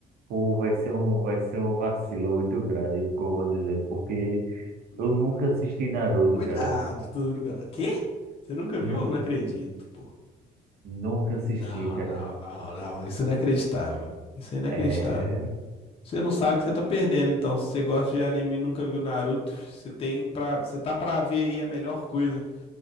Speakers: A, on the right; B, on the left.
A: pô, vai ser um, vai ser um vacilo muito grande, o que eu vou dizer, porque
B: Hum,
A: eu nunca assisti Naruto,
B: Cuidado,
A: cara,
B: Todoroki. Quê? Você nunca
A: Nu,
B: viu? Não acredito, pô.
A: nunca assisti,
B: Não,
A: cara,
B: não, não, não. Isso é inacreditável. Isso é inacreditável.
A: é,
B: Você não sabe o que você tá perdendo, então. Se você gosta de anime e nunca viu Naruto, você tem pra... você tá pra ver aí a melhor coisa